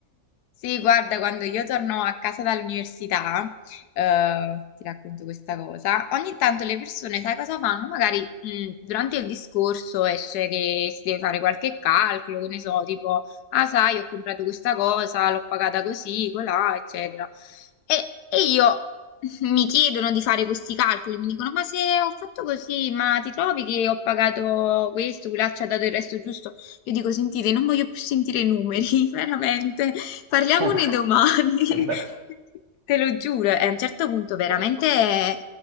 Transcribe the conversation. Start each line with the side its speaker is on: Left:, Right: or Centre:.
Left: Sì, guarda, quando io torno a casa dall'università, eh, ti racconto questa cosa, ogni tanto le persone, sai cosa fanno? Magari mh, durante il discorso esce che si deve fare qualche calcolo, che ne so, tipo, ah sai, ho comprato questa cosa, l'ho pagata così, colà, eccetera. E, e io mi chiedono di fare questi calcoli, mi dicono: Ma se ho fatto così, ma ti trovi che ho pagato questo, quella ci ha dato il resto giusto? Io dico: Sentite, non voglio più sentire i numeri, <laughs> veramente, parliamone
Right: <laughs>
Left: domani.
Right: Se è vero.
Left: <laughs> Te lo giuro, e a un certo punto veramente
Right: Poi-